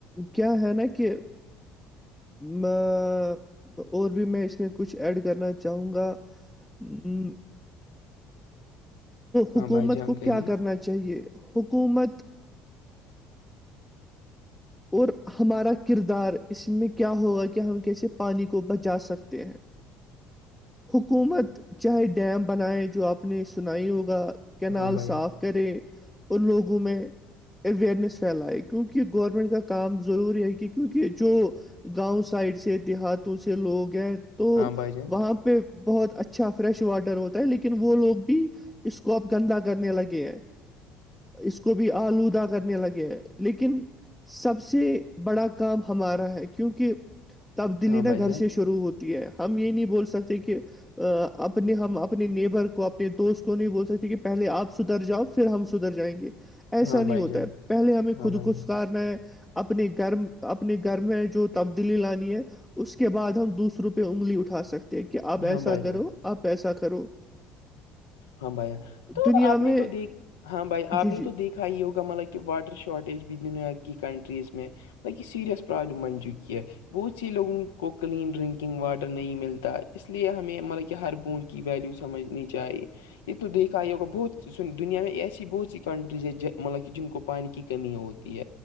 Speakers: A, in the centre; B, on the left.
A: کیا ہے نا کہ میں اور بھی میں اس میں کچھ ایڈ کرنا چاہوں گا ہوں
B: ہاں
A: حکومت
B: بھائی جان
A: کو
B: کریے
A: کیا کرنا چاہیے حکومت اور ہمارا کردار اس میں کیا ہوگا کہ ہم کیسے پانی کو بچا سکتے ہیں حکومت چاہے ڈیم بنائے جو آپ نے سنائی ہوگا کینال
B: ہاں بھائی
A: صاف
B: جان،
A: کرے اور لوگوں میں اوئرنیس پھیلائے کیونک گور ٹ کا کام ضروری ہے کہ کیونکہ جو گاؤں سائڈ سے دیہاتوں سے لوگ ہیں تو
B: ہاں بھائی جان
A: وہاں پہ بہت اچھا فریش واٹر ہوتا ہے لیکن وہ لوگ بھی اس کو اپ گندا کرنے لگے ہیں اس کو بھی آلودہ کرنے لگے ہیں لیکن سب سے بڑا کام ہمارا ہے کیونکہ تبدیلی
B: ہاں
A: نہ
B: بھائی
A: گھر
B: جان
A: سے شروع ہوتی ہم یہ نہیں بول سکتے کہ اپنے ہم اپنے نیبر کو اپنے دوست کو نہیں بول سکتے کہ پہلے آپ ستھر جاؤ پھر ہم سدھر جائیں گے ایسا
B: ہاں
A: نہیں
B: بھائی
A: ہوتا
B: جان
A: ہے پہلے ہمیں
B: ہاں
A: خود
B: بھائی
A: کوسکارنا
B: جان
A: ہے اپنے گھرم اپنے گھر میں جو تبدیلی لانی ہے اس کے بد ہم دوسروں پہ انگلی اٹا سکتے د کہ آپ
B: ہاں
A: ایسا
B: بھائی جان
A: کرو آپ ایسا کرو
B: ہاں بھائی تو
A: دنیا
B: آپ نے
A: میں
B: تو دیکھ ہاں بھائی آپ
A: جی
B: نے
A: جی
B: تو دیکھ ہ یہ ہوگا مطلب کہ واٹر شاٹیج بھی دنیا کی کنٹریز میں ب یہ سریس پرابلم من جو کیہ <inaudible> بہت سی لوگوں کو کلین ڈرنکنگ واٹر نہیں ملتا اس لیے ہمیں مطلب کہ ہر بوج کی ویلو سمجھنی چاہیے یہ تو دیکھا یہ ہوگا بہت س دنیا میں ایسی بہت سی کنٹریز ہے مطلب کہ جن کو پانی کی کمی ہوتی